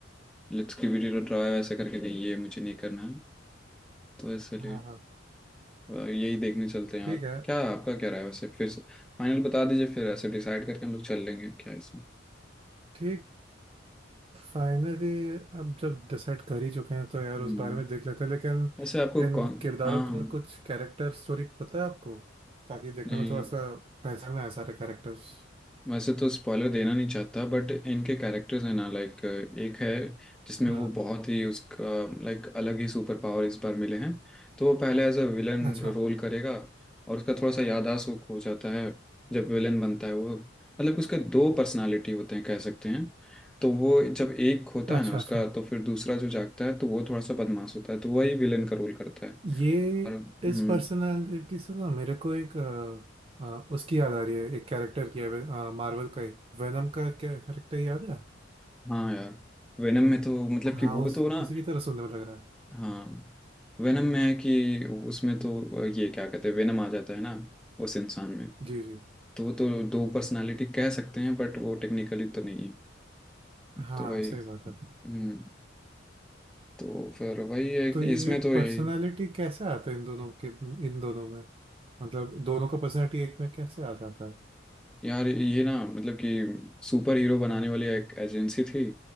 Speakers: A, in the centre; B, on the right.
A: let's give it a try ऐसे करके नहीं ये मुझे नहीं करना है तो इसलिए
B: हाँ हाँ
A: अ, यही देखने चलते हैं
B: ठीक
A: यार
B: है
A: क्या आपका क्या राय है वैसे फिर फाइनल बता दीजिए फिर ऐसे डिसाइड करके हम लोग चल लेंगे क्या है इसमें
B: ठीक फाइनली अब जब डिसाइड कर ही चुके हैं तो यार
A: हम्म
B: उस बारे में देख लेते हैं लेकिन
A: वैसे आपको
B: इन
A: कौन
B: किरदारों
A: हाँ
B: का कुछ कैरेक्टर स्टोरी पता है आपको ताकि देखने
A: नहीं
B: में थोड़ा सा पहचान में आए सारे कैरेक्टर्स
A: वैसे तो स्पॉइलर देना नहीं चाहता बट इनके कैरेक्टर्स हैं ना लाइक एक है जिसमें
B: हाँ
A: वो बहुत ही उसका लाइक अलग ही सुपर पावर इस बार मिले हैं तो वो पहले एज अ विलन
B: अच्छा
A: रोल करेगा और उसका थोड़ा सा याददाश्त वो खो जाता है जब विलन बनता है वो मतलब उसके दो पर्सनालिटी होते हैं कह सकते हैं तो वो जब एक होता
B: अच्छा
A: है ना उसका
B: अच्छा
A: तो फिर दूसरा जो जागता है तो वो थोड़ा सा बदमाश होता है तो वही विलन का रोल करता है
B: ये
A: और हम्म
B: इस पर्सनालिटी से ना मेरे को एक अ, अ, उसकी याद आ रही है एक कैरेक्टर की है मार्वल का ही वेनम का कैरेक्टर याद है
A: हाँ यार वेनम में तो मतलब
B: हाँ
A: कि वो
B: उस
A: तो ना
B: उसी की तरह सुनने में लग रहा है
A: हाँ वेनम में है कि उसमें तो ये क्या कहते हैं वेनम आ जाता है ना उस इंसान में
B: जी जी
A: तो वो तो दो पर्सनालिटी कह सकते हैं बट वो टेक्निकली तो नहीं है
B: हाँ
A: तो वही
B: सही
A: हम्म
B: बात है
A: तो फिर वही है
B: तो
A: कि
B: ये
A: इसमें तो
B: पर्सनालिटी
A: यही
B: कैसे आता है इन दोनों के इन दोनों में मतलब दोनों का पर्सनालिटी एक में कैसे आ जाता है
A: यार ये ना मतलब कि सुपर हीरो बनाने वाली एक एजेंसी थी